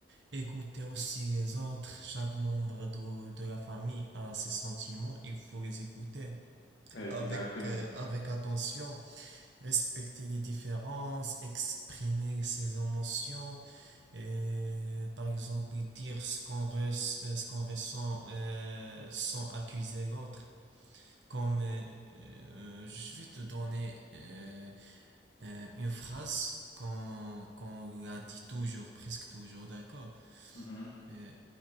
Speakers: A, on the right (about 85°); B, on the left (about 75°).
A: Écouter aussi les autres, chaque membre de, de la famille a ses sentiments, il faut les écouter
B: Eh, Exactement.
A: avec, euh, avec attention, respecter les différences, exprimer ses émotions, et par exemple dire ce qu'on res- euh, ce qu'on ressent euh, sans accuser l'autre. Comme euh, euh, je vais te donner euh, euh, une phrase qu'on qu'on la dit toujours, presque toujours, d'accord?
B: Mhm,
A: Euh,